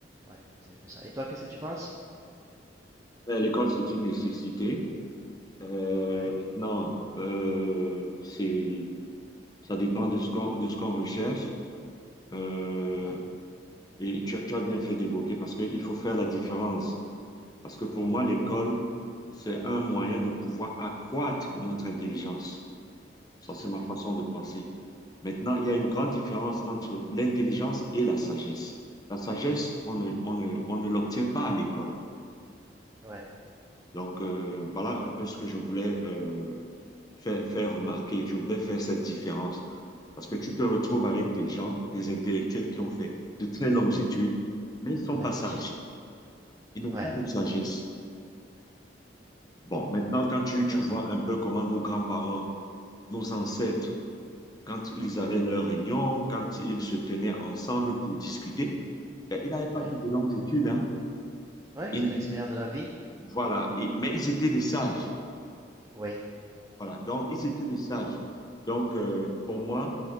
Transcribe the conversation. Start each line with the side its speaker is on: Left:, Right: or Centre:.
Right: Ouais, c'est un peu ça. Et toi, qu'est-ce que tu penses?
Left: Ben, l'école, c'est une nécessité. Euh,
Right: Ouais,
Left: maintenant, euh, c'est, ça dépend de ce qu'on de ce qu'on recherche. Euh,
Right: d'accord,
Left: et tu as tu as bien fait d'évoquer parce qu'il faut faire la différence Parce que pour moi, l'école, c'est un moyen de pouvoir accroître notre intelligence. Ça,
Right: tout
Left: c'est
Right: à fait.
Left: ma façon de penser. Maintenant, il y a une grande différence entre l'intelligence et la sagesse. La sagesse, on ne, on ne, on ne l'obtient pas à l'école.
Right: Ouais,
Left: Donc, euh, voilà un peu ce que je voulais euh, faire, faire remarquer. Je voulais faire cette différence. Parce que tu te retrouves avec des gens, des intellectuels qui ont fait de très longues études, mais ils sont
Right: ouais,
Left: pas sages.
Right: <laughs>
Left: Ils n'ont
Right: ouais,
Left: pas de sagesse. Bon, maintenant, quand tu,
Right: tout
Left: tu
Right: à
Left: vois
Right: fait.
Left: un peu comment nos grands-parents, nos ancêtres, quand ils
Right: Mhm.
Left: avaient leurs réunions, quand ils se tenaient ensemble pour discuter, ben, ils n'avaient pas
Right: Oui.
Left: fait de longues études, hein.
Right: Oui,
Left: Ils-
Right: c'est l'expérience de la vie.
Left: voilà, Et- mais ils étaient des sages.
Right: Oui,
Left: Voilà, donc ils étaient des sages. Donc, euh, pour moi,